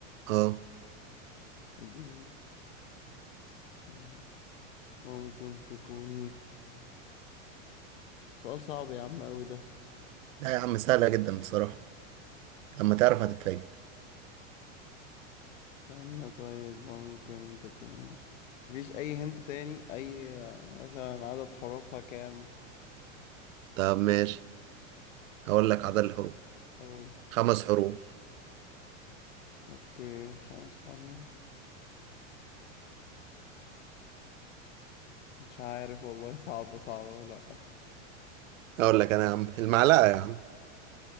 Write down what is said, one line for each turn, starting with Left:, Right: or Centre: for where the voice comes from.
Right: اه
Left: دي استنى ممكن تكون سؤال صعب يا عم اوي ده
Right: لا يا عم سهلة جدا بصراحة لما تعرف هتتفاجئ
Left: استنى طيب ممكن تكون مفيش اي هنت تاني اي مثلا عدد حروفها كام
Right: طب ماشي هقول لك عدد الحروف
Left: اقول
Right: خمس حروف
Left: اوكي خمس حروف مش عارف والله صعبة صعبة لا
Right: هقول لك أنا يا عم المعلقة يا عم